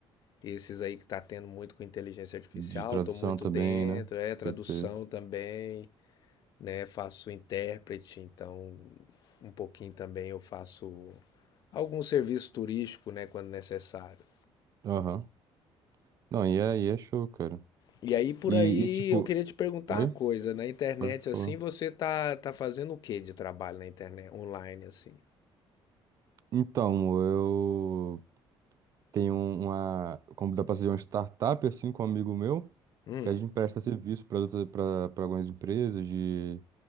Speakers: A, on the left; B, on the right.
A: Esses aí que tá tendo muito com inteligência artificial,
B: De tradução
A: tô muito
B: também,
A: dentro,
B: né?
A: é tradução
B: Perfeito.
A: também, né? Faço intérprete, então um pouquinho também eu faço algum serviço turístico, né, quando necessário.
B: Aham. Não, e é, e é show, cara.
A: E aí por
B: E,
A: aí
B: e tipo.
A: eu queria te perguntar
B: Oi?
A: uma coisa, na internet
B: Pode
A: assim,
B: falar.
A: você tá tá fazendo o que de trabalho na internet online assim?
B: Então, eu tenho uma. Como dá pra ser uma startup, assim, com um amigo meu,
A: Hum,
B: que a gente presta serviço para para algumas empresas de